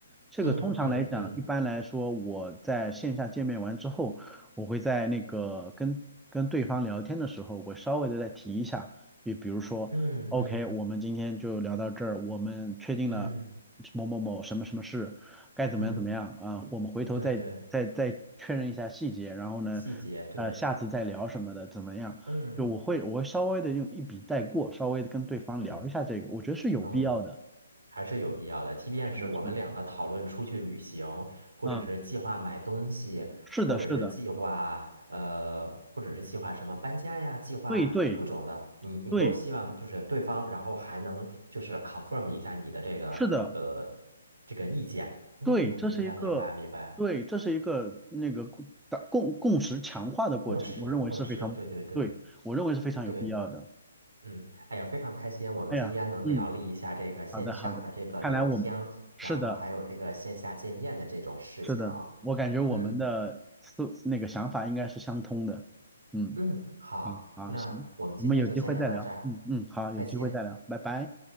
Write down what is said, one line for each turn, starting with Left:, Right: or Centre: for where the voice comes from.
Centre: 这个通常来讲，
Right: 嗯嗯嗯
Centre: 一般来说，我在线下见面完之后。我会在那个跟跟对方聊天的时候，我稍微的再提一下，也比如说，OK，
Right: 嗯嗯
Centre: 我们今天就聊到这儿，我们确定了
Right: 嗯
Centre: 某某某什么什么事，该怎么样怎么样啊，
Right: 嗯，
Centre: 我们回头再再再确认一下细节，
Right: 对对，
Centre: 然后呢，
Right: 细节对，
Centre: 呃，下次再聊什么的怎么样？
Right: 嗯
Centre: 就我会我会稍微的用一笔带过，稍微的跟对方聊一下这个，
Right: 嗯
Centre: 我觉得是有必要的。
Right: 嗯，还是有必要的。即便是我们两个讨论出去旅行，
Centre: 是的，是的，
Right: 或者是计划买东西，
Centre: 嗯，是的，
Right: 或者是计划呃，
Centre: 是的，
Right: 或者是计划什么搬家呀，计划各种的，
Centre: 对对。
Right: 你你都希望就是对方，
Centre: 对，
Right: 然后还能就是 confirm 一下你的这个呃
Centre: 是的，
Right: 这个意见。嗯，
Centre: 对，这是一个，
Right: 明白明白明白，
Centre: 对，这是一个那个共打共共识强化的过程，
Right: 共识共识，
Centre: 我认为是非常，
Right: 对对对。
Centre: 对，我认为是非常有必要的。
Right: 对嗯，哎呀，非常开心，我们今天能聊了一下这个线上的这个聊天，
Centre: 哎呀，嗯，好的好的，看来我们是的
Right: 然后还有这个线下见面的这种事情哦。
Centre: 是的，我感觉我们的思那个想法应该是相通的。
Right: 嗯
Centre: 嗯，
Right: 嗯，好，
Centre: 好，
Right: 那我们今天就先聊到这儿，
Centre: 好，行，我们有机会再聊。嗯嗯，好，
Right: 再见。
Centre: 有机会再聊，拜拜。